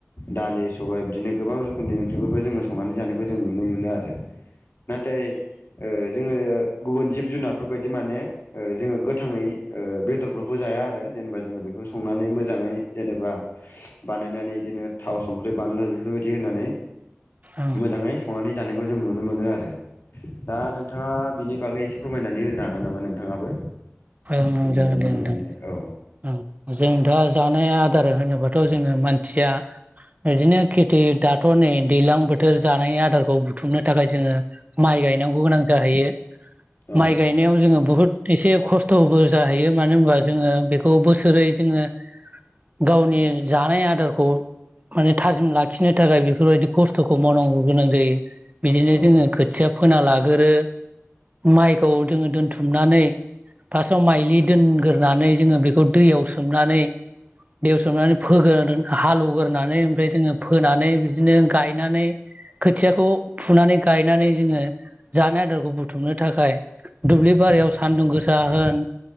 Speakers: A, on the left; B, on the right.
A: दालि सबाय बिदिनो गोबां रोखोमनि ओंख्रिफोरबो जोङो संनानै जानायखौ जों नुनो मोनो आरो नाथाय ओ जोङो गुबुन जिब जुनार फोरबायदि माने ओ जोङो गोथाङै ओ बेदरफोरखौ जाया आरो जेनेबा जोङो बेखौ संनानै मोजाङै जेनेबा बानायनानै बिदिनो थाव संख्रि बानलु बेफोरबायदि होनानै
B: औ
A: मोजाङै संनानै जानायखौ जों नुनो मोनो आरो दा नोंथाङा बिनि बागै एसे फोरमायनानै होनो हागोन नामा नोंथाङाबो
B: ओं
A: जेनेबा
B: जागोन
A: जानाय
B: दे
A: लोंनायनि
B: नोंथां
A: औ
B: औ जों दा जानाय आदार होनोबाथ' जोङो मानसिया बिदिनो खेथि दाथ' नै दैलां बोथोर जानायनि आदारखौ बु थुमनो थाखाय जोङो माइ गायनांगौ गोनां जाहैयो
A: औ
B: माइ गायनायाव जोङो बहुद एसे खस्थ'बो जाहैयो मानो होनबा जोङो बेखौ बोसोरै जोङो गावनि जानाय आदारखौ माने थाजिम लाखिनो थाखाय बेफोरबायदि खस्थ'खौ मावनांगौ गोनां जायो बिदिनो
A: औ
B: जोङो खोथिया फोना लागोरो माइखौ जोङो दोनथुम नानै फार्सआव माइलि दोनग्रोनानै जोङो बेखौ दैयाव सोमनानै दैेयावसोमनानै फोग्रोना दोन हालौवगोरोनानै ओमफ्राय जोङो फोनानै बिदिनो गायनानै खोथियाखौ फुनानै गायनानै जोङो जानाय आदारखौ बुथुमनो थाखाय दुब्लि बारियाव सानदुं गोसा होन